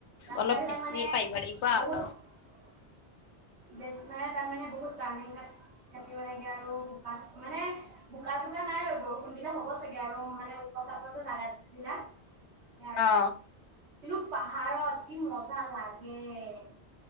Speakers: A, on the right; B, on the left.
A: ৰাস্তাাবিলাক
B: অলপ বেছি
A: মানে
B: পাৰিব লাগিব আৰু।
A: বহুত বচাৰে <unintelligible> তাত মানে বহুত টাৰ্ণিং কাটিব লাগে। আৰু বোকা মানে বোকা- চোকা নাই আৰু বৰষুণ দিলে হ'ব চাগে আৰু মানে উখ- চাপৰ জাগা বিলাক। উ <unintelligible>
B: অ
A: কিন্তু পাহাৰত কি মজা লাগে-